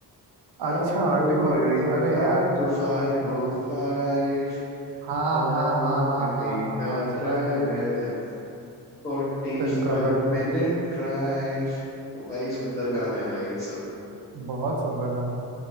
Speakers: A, on the right (about 65°); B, on the left (about 25°).
A: अच्छा
B: I am
A: आर्टिक
B: going
A: मंकीज अरे
B: back
A: यार
B: to फाइव
A: Arctic monkeys
B: ओ फाइव
A: हाँ
B: when
A: हाँ
B: I'm
A: हाँ
B: on
A: हाँ
B: a
A: हाँ
B: midnight
A: हाँ हाँ सुना
B: drive
A: सुना सुना
B: and a 45
A: बिल्कुल बिल्कुल
B: minute drive भाई सुंदर गाने हैं भाई ये सब
A: <laughs> बहुत सुंदर गाना